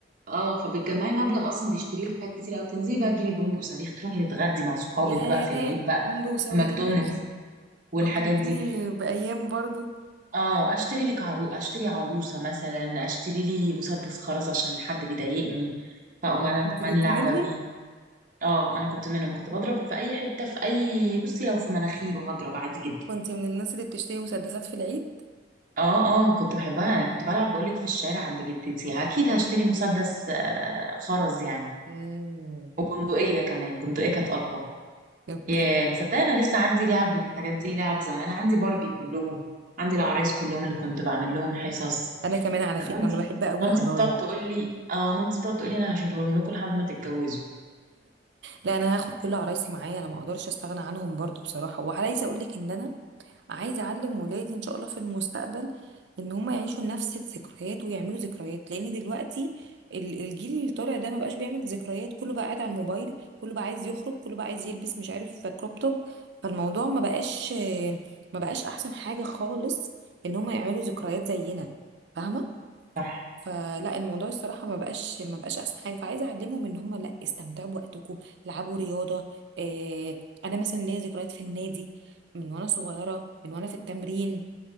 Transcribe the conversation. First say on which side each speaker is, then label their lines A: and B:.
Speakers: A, on the right; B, on the right.
A: اه فبتجمعي مبلغ اصلا بيشتري لك حاجات كتير قوي تنزلي بقى تجيبي بومب وصريخ تروحي تتغدي مع صحابك
B: ياه
A: بقى في العيد بقى
B: جنبه وصواريخ
A: في ماكدونالدز والحاجات
B: فكرتني
A: دي
B: بايام برضو
A: اه اشتري لك عرو اشتري عروسه مثلا اشتري لي مسدس خرز عشان حد بيضايقني فاقوم انا
B: انت
A: كمان
B: كنت
A: لعبه
B: منهم
A: بيه اه انا كنت منهم كنت بضرب في اي حته في اي بصي لو في مناخيره هضرب عادي جدا
B: كنت من الناس اللي بتشتري مسدسات في العيد
A: اه اه كنت بحبها يعني كنت بلعب بقولك في الشارع عند جدتي اكيد هشتري مسدس آه، خرز يعني
B: امم
A: وبندقية كمان بندقية كانت اقوى
B: اوكي
A: يا تصدقني انا لسه عندي لعب من الحاجات دي لعب زمان عندي باربي كلهم عندي العرايس كلهم اللي كنت بعمل لهم حصص
B: انا كمان على فكره
A: مامتي
B: انا بحب قوي
A: مامتي
B: العرايس
A: بتقعد
B: <laughs>
A: تقول لي اه مامتي بتقعد تقول لي انا هشيلهم لكم لحد ما تتجوزوا
B: لا انا هاخد كل عرايسي معايا انا ما اقدرش استغنى عنهم برضو بصراحه وعايزه اقول لك ان انا عايزه اعلم ولادي ان شاء الله في المستقبل ان هم يعيشوا نفس الذكريات ويعملوا ذكريات لان دلوقتي ال- الجيل اللي طالع ده ما بقاش بيعمل ذكريات كله بقى قاعد على الموبايل كله بقى عايز يخرج كله بقى عايز يلبس مش عارف كروب توب فالموضوع ما بقاش ما بقاش احسن حاجه خالص ان هم يعملوا ذكريات زينا فاهمه
A: صح
B: فلا الموضوع الصراحه ما بقاش ما بقاش احسن حاجه فعايزه اعلمهم ان هم لا استمتعوا بوقتكم العبوا رياضه إيه انا مثلا ليا ذكريات في النادي من وانا صغيره من وانا في التمرين